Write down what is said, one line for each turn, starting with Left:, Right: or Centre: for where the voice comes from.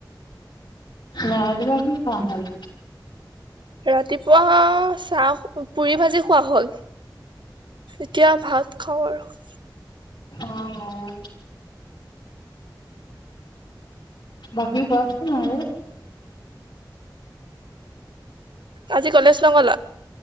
Left: ৰাতিপুৱা কি খোৱা হ'ল?
Right: ৰাতিপুৱা চাহ পুৰি ভাজি খোৱা হ'ল। এতিয়া ভাত খাওঁ আৰু।
Left: অ', অ'। বাকি কোৱাচোন আৰু?
Right: আজি কলেজ নগ'লা?